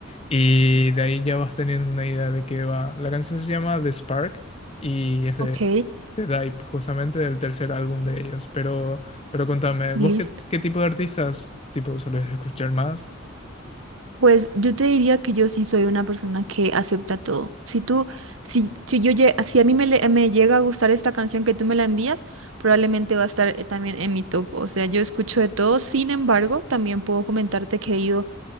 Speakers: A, on the left (about 30°); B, on the right (about 75°).
A: Y de ahí ya vas teniendo una idea de qué va. La canción se llama The Spark y es de,
B: ok.
A: de Dive, justamente del tercer álbum de ellos. Pero, pero contame,
B: Listo.
A: ¿vos qué, qué tipo de artistas tipo sueles escuchar más?
B: Pues yo te diría que yo sí soy una persona que acepta todo. Si tú, si, si yo, lle- si a mí me, le- me llega a gustar esta canción que tú me la envías, probablemente va a estar eh, también en mi top. O sea, yo escucho de todo. Sin embargo, también puedo comentarte que he ido